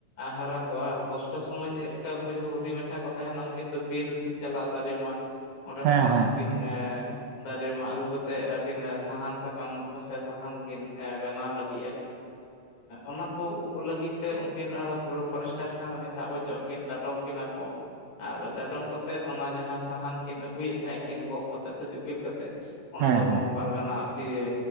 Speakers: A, on the left (about 65°); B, on the right (about 65°).
A: ᱦᱟᱨᱟ ᱠᱚᱣᱟ ᱟᱨ ᱠᱚᱥᱴᱚ ᱥᱚᱢᱚᱭ ᱪᱮᱫ ᱞᱮᱠᱟ ᱩᱱᱠᱩ ᱦᱩᱰᱤᱧ ᱢᱟᱪᱷᱟ ᱠᱚ ᱛᱟᱦᱮᱱᱟ ᱩᱱᱠᱤᱱ ᱫᱚ ᱵᱤᱨᱠᱤᱱ ᱪᱟᱞᱟᱜᱼᱟ ᱫᱟᱨᱮ ᱢᱟᱜ ᱚᱸᱰᱮ
B: ᱦᱮᱸ
A: ᱠᱷᱚᱱᱟᱜ
B: ᱦᱮᱸ
A: ᱩᱱᱠᱤᱱ ᱫᱟᱨᱮ ᱢᱟᱜ ᱟᱹᱜᱩ ᱠᱟᱛᱮ ᱟᱹᱠᱤᱱ ᱥᱟᱦᱟᱱ ᱥᱟᱠᱟᱢ ᱥᱮ ᱥᱟᱦᱟᱱ ᱠᱤᱱ ᱵᱮᱱᱟᱣ ᱞᱟᱹᱜᱤᱫᱼᱟ᱾ ᱚᱱᱟ ᱠᱚ ᱞᱟᱹᱜᱤᱫ ᱛᱮ ᱩᱱᱠᱤᱱ ᱯᱩᱨᱟᱹ ᱯᱷᱚᱨᱮᱥᱴᱟᱨ ᱥᱟᱣ ᱥᱟᱵ ᱦᱚᱪᱚᱜ ᱠᱤᱱ ᱰᱟᱰᱚᱢ ᱠᱤᱱᱟ ᱠᱚ ᱟᱨ ᱰᱟᱰᱚᱢ ᱠᱟᱛᱮᱫ ᱚᱱᱟ ᱡᱟᱦᱟᱸ ᱥᱟᱦᱟᱱ ᱠᱤᱱ ᱟᱹᱜᱩᱭᱮᱫ ᱛᱟᱦᱮᱸᱜ ᱠᱤᱱ ᱜᱚᱜ ᱠᱟᱛᱮᱫ ᱥᱮ ᱫᱤᱯᱤᱞ ᱠᱟᱛᱮᱫ ᱚᱱᱟ
B: ᱦᱮᱸ
A: ᱫᱚᱵ
B: ᱦᱮᱸ
A: ᱯᱟᱨᱜᱟᱱᱟ ᱛᱤᱼᱮ